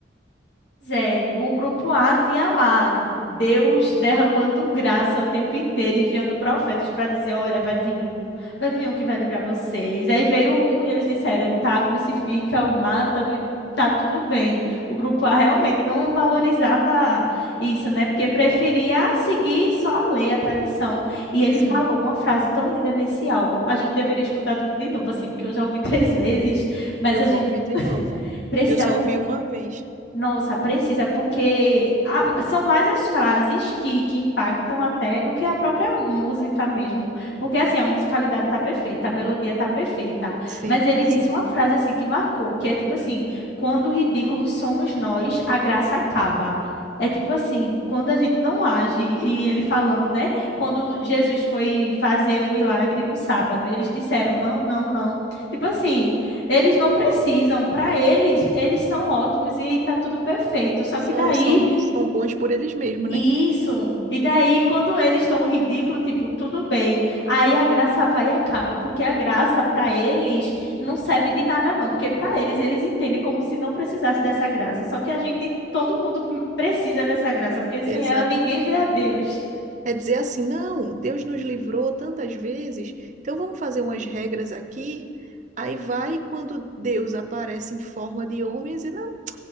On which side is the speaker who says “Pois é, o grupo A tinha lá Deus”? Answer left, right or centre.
Left